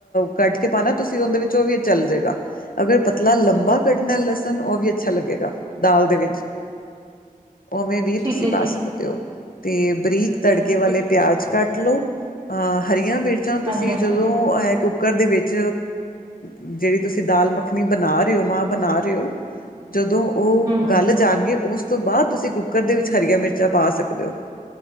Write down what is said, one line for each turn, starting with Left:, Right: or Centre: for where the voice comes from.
Left: ਕੱਟ ਕੇ ਪਾਣਾ ਤੁਸੀਂ ਉਹਦੇ ਵਿੱਚੋਂ ਵੀ ਚੱਲ ਜੇਗਾ। ਅਗਰ ਪਤਲਾ ਲੰਬਾ ਕੱਟਣਾ ਲਸਣ ਉਹ ਵੀ ਅੱਛਾ ਲੱਗੇਗਾ ਦਾਲ ਦੇ ਵਿੱਚ।
Right: <inaudible>
Left: ਉਵੇਂ ਵੀ
Right: ਠੀਕ
Left: ਤੁਸੀਂ
Right: ਹੈ
Left: ਪਾ
Right: ਜੀ
Left: ਸਕਦੇ ਹੋ ਤੇ ਬਰੀਕ ਤੜਕੇ
Right: ਠੀਕ
Left: ਵਾਲੇ
Right: ਹੈ।
Left: ਅਜ ਕੱਟ ਲਓ ਅਹ ਹਰੀਆਂ ਮਿਰਚਾਂ ਤੁਸੀਂ
Right: ਹਾਂਜੀ ਹਾਂਜੀ
Left: ਜਦੋਂ
Right: ਹਮ
Left: ਐ ਕੁੱਕਰ ਦੇ ਵਿੱਚ ਜਿਹੜੀ ਤੁਸੀ ਦਾਲ ਮੱਖਣੀ ਬਣਾ ਰਹੇ ਹੋ ਮਾਂ ਬਣਾ ਰਹੇ ਹੋ ਜਦੋਂ ਉਹ
Right: ਹਮ ਹਮ
Left: ਗੱਲ ਜਾਣਗੇ ਉਸ ਤੋਂ ਬਾਅਦ ਤੁਸੀ ਕੁੱਕਰ ਦੇ ਵਿੱਚ ਹਰੀਆਂ ਮਿਰਚਾਂ ਪਾ ਸਕਦੇ ਹੋ